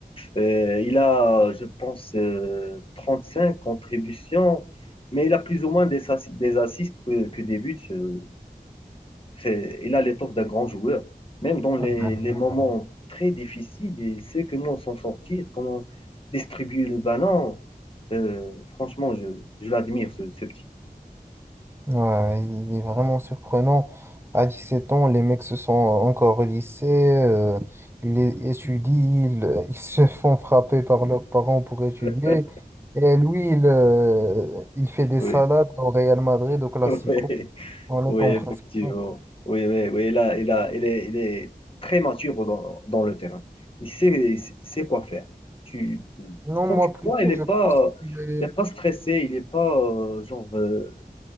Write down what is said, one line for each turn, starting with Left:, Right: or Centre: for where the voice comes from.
Left: euh, il a, je pense, euh, cinq contributions, mais il a plus ou moins des, assi- des assists que, que des buts. euh, C'est, il a l'étoffe d'un grand joueur. Même dans les,
Right: Ah
Left: les moments
Right: ouais.
Left: très difficiles, il sait comment s'en sortir, comment distribuer le ballon. Euh, franchement, je, je l'admire, ce, ce petit.
Right: Ouais, il est vraiment surprenant. À 17 ans, les mecs se sont encore au lycée, euh, ils é- étudient, ils, <laughs> ils se font frapper par leurs parents pour étudier.
Left: <laughs>
Right: Et lui, il, euh, il fait des
Left: Oui,
Right: salades au Real Madrid, au Classico,
Left: oui,
Right: en
Left: oui,
Right: étant
Left: effectivement.
Right: principal.
Left: Oui, oui, oui. Il a, il a, il est, il est très mature dans, dans le terrain. Il sait, il sait il sait quoi faire. Tu,
Right: Non,
Left: quand
Right: moi
Left: tu le
Right: plutôt,
Left: vois, il n'est
Right: je
Left: pas,
Right: pense qu'il est...
Left: il est pas stressé, il n'est pas euh, genre euh,